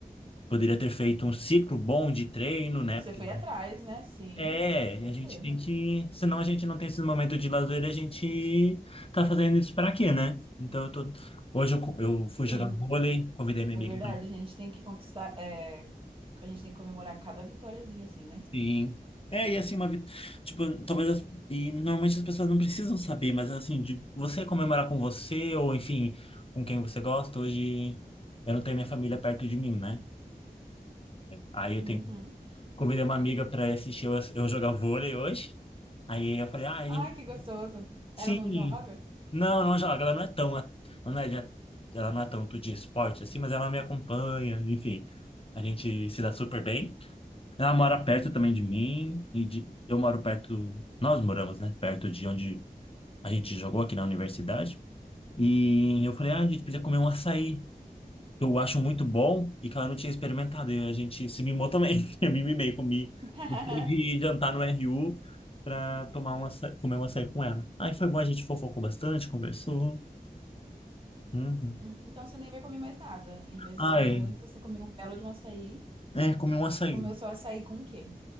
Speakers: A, on the left; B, on the right.
A: poderia ter feito um ciclo bom de treino, né?
B: Você
A: Porque
B: foi atrás, né? Sim,
A: é,
B: com certeza.
A: a gente tem que. Senão a gente não tem esse momento de lazer, a gente tá fazendo isso pra quê, né? Então eu tô. Hoje eu, co- eu
B: Sim.
A: fui jogar vôlei, convidei minha
B: É
A: amiga
B: verdade, a gente tem que conquistar, é, a gente tem que comemorar cada vitóriazinha assim, né?
A: Sim. É, e assim, uma vida. Tipo, talvez. As... E normalmente as pessoas não precisam saber, mas assim, de você comemorar com você, ou enfim, com quem você gosta. Hoje eu não tenho minha família perto de mim, né? Aí eu
B: Uhum.
A: tenho. Convidei uma amiga pra ir assistir eu, eu jogar vôlei hoje. Aí eu falei, ah, ele...
B: Ai, que gostoso. Ela
A: sim.
B: não joga?
A: Não, não joga. Ela não é tão. a- Não é, de- ela não é tanto de esporte assim, mas ela me acompanha, enfim. A gente se dá super bem. Ela mora perto também de mim e de, eu moro perto, nós moramos, né, perto de onde a gente jogou aqui na universidade. E eu falei, ah, a gente podia comer um açaí, que eu acho muito bom e que ela não tinha experimentado. E a gente se mimou também. <laughs> Eu me mimei, comi,
B: <laughs>
A: deixei de jantar no RU pra tomar um açaí, comer um açaí com ela. Aí foi bom, a gente fofocou bastante, conversou. Uhum.
B: Uhum. Então você nem vai comer mais nada. Em vez
A: Ai,
B: de sua janta, você comeu um belo de um açaí.
A: é, comi um açaí.
B: Você comeu seu açaí com o quê?